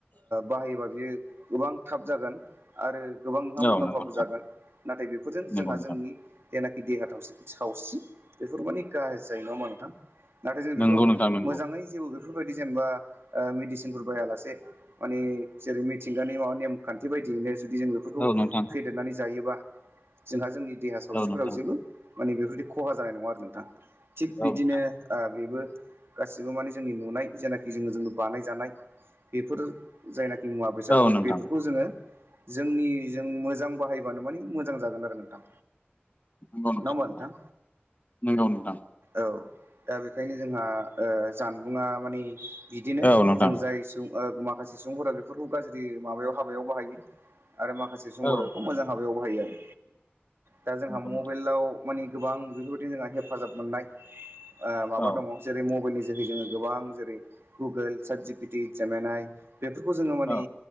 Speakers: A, on the right; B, on the left.
A: बाहायोबा बियो गोबां थाब जागोन आरो गोबां नोंहा
B: नंगौ
A: मुलाम्फाबो
B: नोंथां
A: जागोन नाथाय बेफोरजों
B: नंगौ
A: जोंहा
B: नोंथां
A: जोंनिना ग देरहाथाव सावस्रि बेफोर माने गाज जायो नङामा नोंथां नाथाय जों
B: नंगौ
A: बेखौ
B: नोंथां नंगौ
A: मोजाङै जेबो बेफोरबायदि जेनेबा मेडिसिनफोर बायालासे माने जेरै मिथिंगानि माबा नेमखान्थि बायदियैनो जुदि जों बेफोरखौ
B: औ नोंथां
A: फेदेरनानै जायोबा जोंहा जोंनि देहा सावस्रिफोराव
B: औ नोंथां
A: जेबो माने बेफोरदि खहा जानाय नङा आरो नोंथां थिग बिदिनो
B: औ नोंथां
A: बेबो गासिबो माने जोंनि नुनाय जेनाखि जोङो ज बानाय जानाय बेफोर जायनाखि मुवा बेसादफोर
B: औ नोंथां
A: बेफोरखौ जोङो जोंनि जों मोजां बाहायबानो माने मोजां जागोन आरो नोंथां
B: नंगौ नोंथां
A: नङबथां
B: नंगौ नंगौ नोंथां
A: औ दा बेखायनो जोंहा जानबुंङा मानिे बिदिनो
B: औ नोंथां
A: जों जाय सुबुं माखासे सुबुंफोरा बेफोरखौ गाज्रि माबायाव हाबायाव बाहायो आरो माखासे संगखौ
B: औ
A: मोजां हाबायाव बाहायो आरो दा जोंहा
B: नंगौ नोंथां
A: मबाइलाव माने गोबां बेफोरबायदि जोंहा हेफाजाब मोननाय माबा
B: औ
A: दङ जेरै मबाइलनि जेरहै जोङो गोबां जेरै Google certificate M N I बे जोङो माने
B: औ